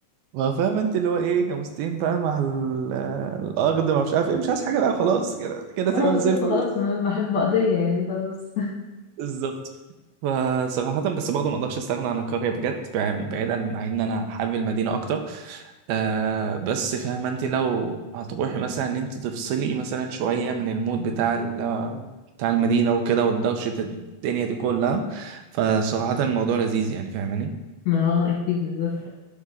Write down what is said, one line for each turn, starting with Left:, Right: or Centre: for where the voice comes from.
Right: ما فاهم أنت اللي هو إيه جاموستين بقى مع ال- الأرض ما مش عارف إيه مش عايز حاجة بقى خلاص كده كده
Left: اه
Right: تمام
Left: بالظبط
Right: زي الفل
Left: خلاص م- محل مقضية يعني خلاص
Right: بالظبط فصراحة بس برضه ما اقدرش استغنى عن القرية بجد بع- بعيدا عن ان انا حابب المدينة اكتر آه بس فاهمة انت لو هتروحي مثلا ان انت تفصلي مثلا شوية من المود بتاع ال- بتاع المدينة وكده والدوشة الدنيا دي كلها فصراحة الموضوع لذيذ يعني فاهماني
Left: ما هو اكيد بالظبط